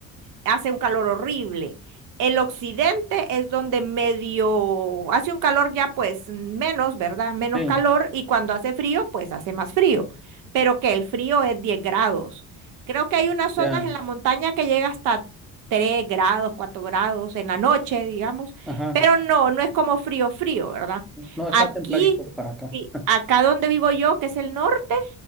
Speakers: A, on the right (about 70°); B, in the centre.
A: hace un calor horrible. El occidente es donde medio hace un calor ya pues menos, ¿verdad? Menos
B: Sí,
A: calor y cuando hace frío pues hace más frío, pero que el frío es 10 grados. Creo que hay unas zonas
B: ya.
A: en la montaña que llega hasta 3 grados, 4 grados en la noche, digamos,
B: Ajá.
A: pero no, no es como frío, frío, ¿verdad?
B: No, está
A: Aquí,
B: templadito para acá.
A: sí,
B: <laughs>
A: acá donde vivo yo, que es el norte,